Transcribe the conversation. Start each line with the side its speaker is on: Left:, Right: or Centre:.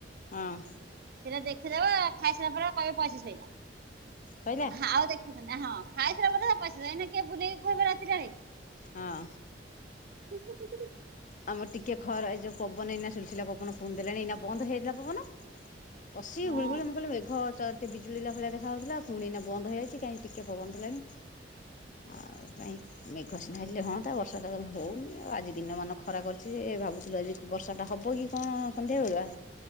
Left: ହଁ।
Right: ସେଟା ଦେଖିଦବ ଖାଇସାଇଲା ପରେ କହିବ ପଇସା ସଇଲା।
Left: ସଇଲା
Right: ହଁ ଆଉ ଦେଖିବ ନି ହଁ ଖାଇସାଇଲା ପରେ ତା ବାପା ଆସିଲେ ଏଇନା କିଏ ବୁଲେଇକି ଖୁଆଇବ ରାତିଟାରେ।
Left: ହଁ।
Right: <inaudible>
Left: ଆମର ଟିକେ ଖର୍- ଏଇ ଯଉ ପବନ ଏଇନା ସୁଲୁସୁଲିଆ ପବନ ଫୁଣି ଦେଲାଣି ଏଇନା ବନ୍ଦ ହେଇଯାଇଥିଲା ପବନ। କସିକି
Right: ହଁ
Left: ଗୁଳିଗୁଳି ମୁଁ କହିଲି ମେଘ ଚ ଟିକେ ବିଜୁଳି ହେଲା ଭଳିଆ ଦେଖାଯାଉଥିଲା ପୁଣି ଏଇନା ବନ୍ଦ ହେଇଯାଇଚି କାଇଁ ଟିକେ ପବନ ଦେଲାଣି। ଆଉ କାଇଁ ମେଘ ସିନା ହେଲେ ହଁ ତା ବର୍ଷାତ ଯମା ହଉନି। ଆଉ ଆଜି ଦିନ ମାନ ଖରା କରିଚି ଯେ ଭାବୁଥିଲି ଆଜି ବର୍ଷାଟା ହବ କି କଣ ସନ୍ଧ୍ୟା ବେଳୁଆ